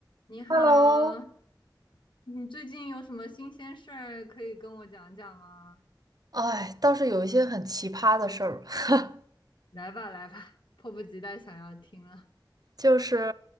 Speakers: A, on the left; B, on the right.
A: 你好，
B: Hello，
A: 你最近有什么新鲜事儿可以跟我讲讲吗？
B: 哎，倒是有一些很奇葩的事儿，<laughs>
A: 来吧，来吧，迫不及待想要听了。
B: 就是